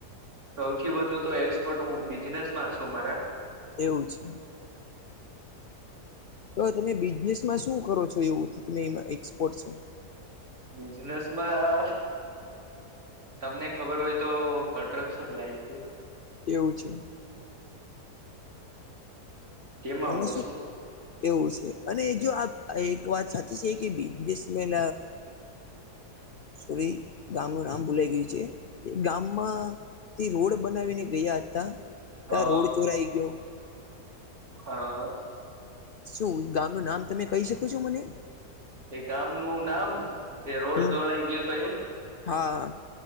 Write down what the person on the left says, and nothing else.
એવું છે તો તમે બિઝનેસમાં શું કરો છો એવુંથી તમેમાં એક્સપોર્ટ છે
એવું છે
તમે
શું?
એવું છે અને જો એક વાત સાચી છે કે બિઝનેસમેન
સોરી ગામનું નામ ભૂલાઈ ગયું છે ગામમાં તે રોડ બનાવીને ગયા હતા ત
આ રોડ ચોરાઈ ગયો
શું ગામનું નામ તમે કહી શકો છો મને
હમ
હા